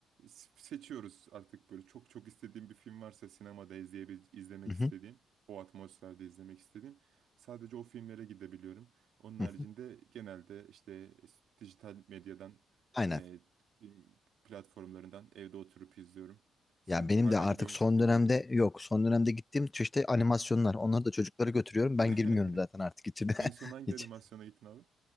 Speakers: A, on the right (about 75°); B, on the left (about 20°).
A: S- Seçiyoruz artık böyle çok çok istediğim bir film varsa sinemada izleyebe- izlemek
B: Hı hı.
A: istediğim, o atmosferde izlemek istediğim sadece o filmlere gidebiliyorum. Onun
B: Hı
A: haricinde
B: hı.
A: genelde işte s- dijital medyadan,
B: Aynen.
A: e, film platformlarından evde oturup izliyorum. Sen
B: Ya benim
A: hala
B: de artık
A: gidiyor musun
B: son
A: peki
B: dönemde
A: abi?
B: yok. Son dönemde gittiğim çeşitli animasyonlar. Onları da çocuklara götürüyorum. Ben
A: <laughs>
B: girmiyorum zaten artık içine. <laughs>
A: En son hangi
B: Hiç.
A: animasyona gittin abi?